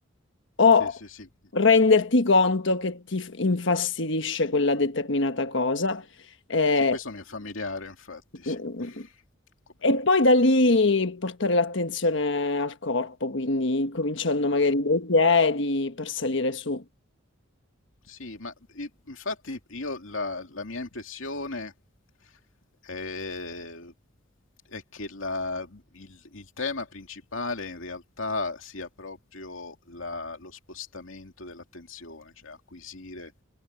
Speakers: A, on the left; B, on the left.
A: o
B: Sì, sì, sì.
A: renderti conto che ti f- infastidisce quella determinata cosa. eh,
B: Sì, questo mi è familiare infatti, sì.
A: mm,
B: Come
A: E poi da lì portare l'attenzione al corpo, quindi cominciando magari dai piedi per salire su.
B: Sì, ma i- infatti io la, la mia impressione è, è che la- il, il tema principale in realtà sia proprio la- lo spostamento dell'attenzione, cioè acquisire